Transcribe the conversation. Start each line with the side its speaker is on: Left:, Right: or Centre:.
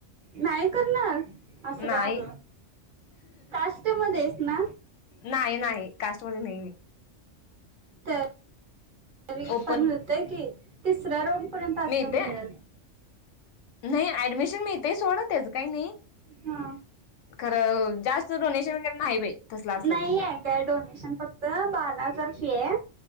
Right: नाही करणार? असं का
Left: नाही
Right: ग? कास्ट मध्ये आहेस ना?
Left: नाही नाही कास्टमध्ये नाहीे मी.
Right: तरी
Left: ओपन
Right: पण मिळतय की. तिसऱ्या रोम पर्यंत अस
Left: मिळते
Right: मिळेल.
Left: नाही ऍडमिशन मिळतेय सोडं त्याचं काही नाही.
Right: हा.
Left: खरं जास्त डोनेशन वगैरे नाही बाई. तसलं असलं
Right: नाही
Left: तर मग
Right: आहे काय डोनेशन फक्त बारा हजार फी आहे.